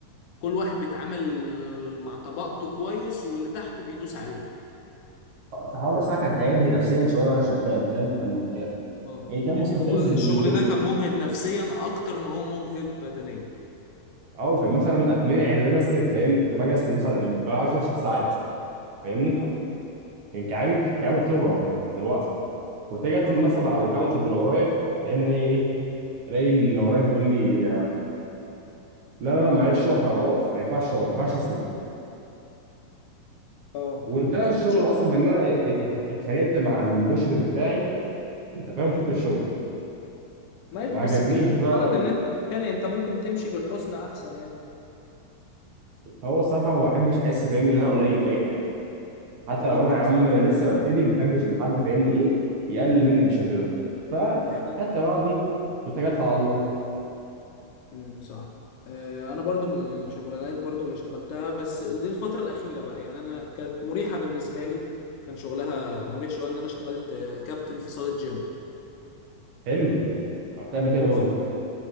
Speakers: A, on the left; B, on the right.
A: كل واحد بيتعامل مع طبقته كويس واللي تحت بيدوس عليه
B: فالحوار ده بصراحه كان تعبني نفسيا شويه وانا شغال فاهم كان كان
A: اه
B: يعني كان
A: يعني
B: مستفز
A: هو الشغل
B: بالنسبه لي
A: ده كان
B: جدا
A: مجهد نفسيا اكتر ما هو مجهد بدنيا
B: او كان مثلا اتمنع ان انا اسند فاهمني كنت لما اجي اسند مثلا بقعد فتره ست ساعات فاهمني
A: اه
B: كان كعابي كعابي بتورم من الوقفه كنت اجي أسند
A: اه
B: مثلا على الكاونتر اللي ورايا فاهمني هي ايه الاقي اللي ورايا بيقول لي لا لا لا معلش اقف انا اقف ما ينفعش اقف ما ينفعش اسند
A: اه
B: وانتهى
A: ما
B: الشغل
A: عندهمش
B: اصلا بان انا ات- اتخانقت مع المشرف بتاعي انت فاهم مشيت من الشغل
A: ماشي
B: ما عجبنيش
A: بس دي حاجة
B: بقى
A: غلط
B: ال-
A: ان انت تتخانق انت ممكن تمشي بالحسنى احسن يعني
B: هو الصراحه ما بحبش احس فاهمني ان انا قليل في اي حاجه حتى
A: فهمت
B: لو انا يا
A: قصدي
B: عم لسه ببتدي ما بحبش ان حد فاهمني ايه يقلل مني بالشكل ده فخدت
A: يعني
B: بعضي واتكلت على الله
A: أمم، صح آه، انا برضو من الشغلانات برضو اللي اشتغلتها بس دي الفترة الأخيرة بقى يعني انا كانت مريحة بالنسبة لي كان شغلها مريح شوية ان انا اشتغلت آه، كابتن في صالة جيم
B: حلو عملت قبل كده برضه
A: ف...